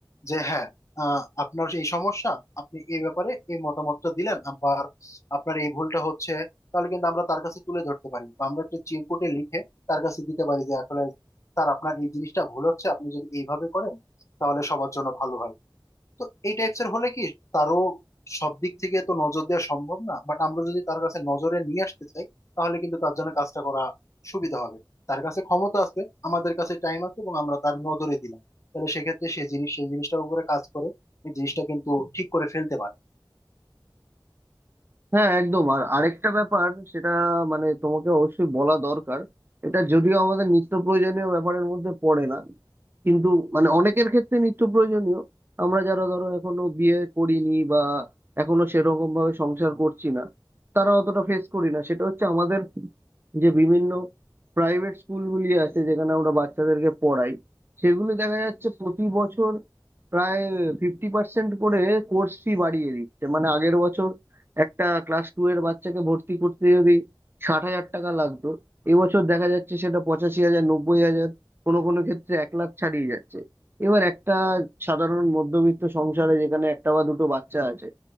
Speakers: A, on the left; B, on the right.
A: যে হ্যাঁ আহ, আপনার এই সমস্যা আপনি এই ব্যাপারে এই মতামতটা দিলেন আবার আপনার এই ভুলটা হচ্ছে তাহলে কিন্তু আমরা তার কাছে তুলে ধরতে পারি বা আমরা একটা চিরকুটে লিখে তার কাছে দিতে পারি যে আসলে স্যার আপনার এই জিনিসটা ভুল হচ্ছে আপনি যদি এইভাবে করেন তাহলে সবার জন্য ভালো হয় তো এই টাইপস এর হলে কি তারও সব দিক থেকে তো নজর দেওয়া সম্ভব না বাট আমরা যদি তার কাছে নজরে নিয়ে আসতে চাই তাহলে কিন্তু তার জন্য কাজটা করা সুবিধা হবে তার কাছে ক্ষমতা আছে আমাদের কাছে টাইম আছে এবং আমরা তার নজরে দিলাম তাহলে সেক্ষেত্রে সে জিনিস সেই জিনিসটার উপরে কাজ করে এই জিনিসটা কিন্তু ঠিক করে ফেলতে পারে
B: হ্যাঁ একদম আর আরেকটা ব্যাপার সেটা মানে তোমাকে অবশ্যই বলা দরকার এটা যদিও আমাদের নিত্য প্রয়োজনীয় ব্যাপারের মধ্যে পড়ে না কিন্তু মানে অনেকের ক্ষেত্রে নিত্য প্রয়োজনীয় আমরা যারা ধরো এখনো বিয়ে করিনি বা এখনো সেরকম ভাবে সংসার করছি না তারা অতটা ফেস করি না সেটা হচ্ছে আমাদের যে বিভিন্ন প্রাইভেট স্কুলগুলি আছে যেখানে আমরা বাচ্চাদেরকে পড়াই সেগুলি দেখা যাচ্ছে প্রতি বছর প্রায় ফিফটি পার্সেন্ট করে কোর্স ফি বাড়িয়ে দিচ্ছে মানে আগের বছর একটা ক্লাস টু এর বাচ্চাকে ভর্তি করতে যদি ষাট হাজার টাকা লাগতো এবছর দেখা যাচ্ছে সেটা পঁচাশি হাজার নব্বই হাজার কোনো কোনো ক্ষেত্রে এক লাখ ছাড়িয়ে যাচ্ছে এবার একটা সাধারণ মধ্যবিত্ত সংসারে যেখানে একটা বা দুটো বাচ্চা আছে